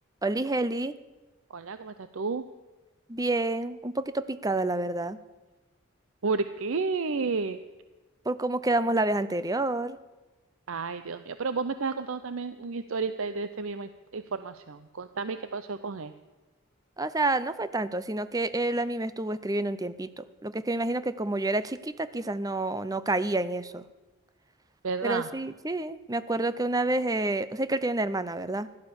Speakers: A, on the right; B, on the right.
A: Oli Heli,
B: Hola, ¿cómo estás tú?
A: bien, un poquito picada la verdad,
B: ¿Por qué?
A: por cómo quedamos la vez anterior.
B: Ay, Dios mío, pero vos me estabas contando también una historia de esa misma inf- información. Contame qué pasó con él,
A: O sea, no fue tanto, sino que él a mí me estuvo escribiendo un tiempito. Lo que es que me imagino que como yo era chiquita, quizás no, no caía en eso.
B: ¿verdad?
A: Pero sí, sí, me acuerdo que una vez, eh, o sea que él tiene una hermana, ¿verdad?